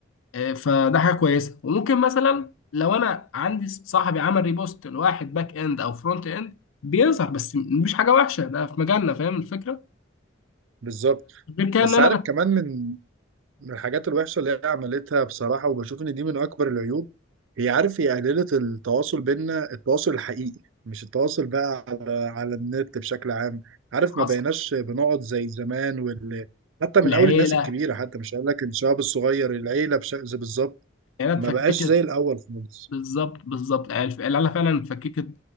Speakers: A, on the left (about 80°); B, on the right (about 70°).
A: آه، فده حاجه كويسه وممكن مثلا لو انا عندي صاحبي عمل ريبوست لواحد باك اند او فرونت اند بيظهر بس مش حاجه وحشه ده في مجالنا فاهم الفكره
B: بالظبط
A: غير كده
B: بس
A: ان انا
B: عارف كمان من من الحاجات الوحشة اللي هي عملتها بصراحة وبشوف إن دي من أكبر العيوب هي عارف هي قللت التواصل بينا التواصل الحقيقي مش التواصل بقى على على النت بشكل عام عارف
A: بتحصل
B: ما بقيناش بنقعد زي زمان وال... حتى من
A: العيله
B: أول الناس الكبيرة حتى مش هقول لك الشباب الصغير العيلة بش... بالظبط
A: العيله
B: ما
A: اتفككت
B: بقاش زي الأول خالص
A: بالظبط بالظبط العيله العيلة فعلا اتفككت